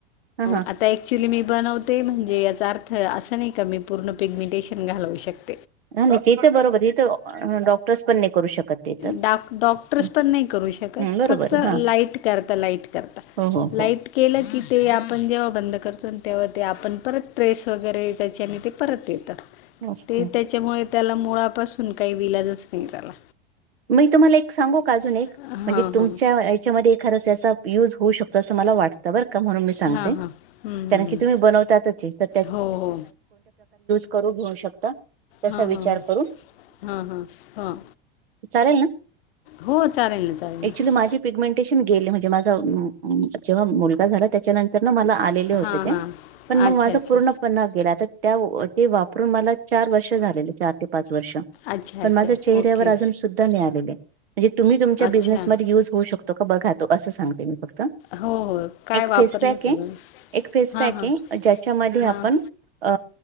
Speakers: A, on the right; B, on the left.
A: हा हा
B: आता ऍक्च्युली मी बनवते म्हणजे याचा अर्थ असं नाही का मी पूर्ण पिगमेंटेशन घालू शकते
A: नाही नाही ते तर बरोबर त तर डॉक्टर्स पण नाही करू शकत ते तर
B: डॉ डॉक्टर्स
A: हं,
B: पण नाही करू शकत
A: हं. बरोबर
B: फक्त
A: आहे हा
B: लाईट करता लाईट करता
A: हो हो हो
B: लाईट केलं की ते आपण जेव्हा बंद करतो तेव्हा ते आपण परत ट्रेस वगैरे त्याची आणि ते परत येतात
A: ओके
B: ते त्याच्यामुळे त्याला मुळापासून काही विलाजच नाही त्याला
A: मी तुम्हाला एक सांगू का अजून एक
B: हां
A: म्हणजे तुमच्या
B: हां
A: याच्यामध्ये एखाद सहसा युज होऊ शकतो असं मला वाटतं म्हणून मि सांगते
B: हां हां हं, हं,
A: कारण
B: हं.
A: की तुम्ही बनवतात चीक
B: हो हो
A: करू घेऊ शकता तसा
B: हां
A: विचार
B: हां
A: करून
B: हां हां हां
A: चालेल ना
B: हो चालेल ना चालेल ना
A: एक्च्युली माझी पिग्मीटेंशन मि गेले म्हणजे माझं जेंव्हा मुलगा झाला त्याच्या नंतर मला आलेले होते
B: हां
A: ते
B: हां
A: पण मग
B: अच्छा
A: माझ
B: अच्छा
A: पूर्ण पण गेला त्या ते वापरून मला चार वर्ष झालेले चार ते पाच वर्ष
B: अच्छा
A: पण
B: अच्छा
A: माझ्या चेहऱ्यावर
B: ओके
A: अजून सुद्धा मिळालेले म्हणजे तुम्ही तुमच्या
B: अच्छा
A: बीजिनेस मध्ये यूज होऊ शकतो का बघा तो असं सांगते मी फक्त.
B: हो काय
A: एक
B: वापरलं
A: फेस पॅक
B: तुम्ही
A: आहे एक फेस
B: हां
A: पॅक
B: हां
A: आहे ज्याच्यामध्ये
B: हां
A: आपण अ